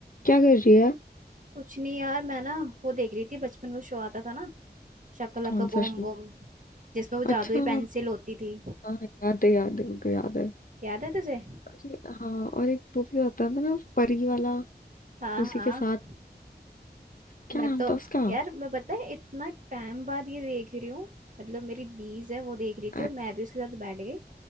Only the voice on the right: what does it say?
कुछ नहीं यार मैं ना वो देख रही थी बचपन में शो आता था ना शकलका
बूम
बूम जिसमें वो
जादुई पेंसिल होती थी
याद है तुझे
हाँ
हाँ
मैं
तो
यार मैं पता है इतना टाइम बाद ये देख रही हूँ मतलब मेरी दीज है वो देख रही
थी और मैं भी उसके साथ बैठ गई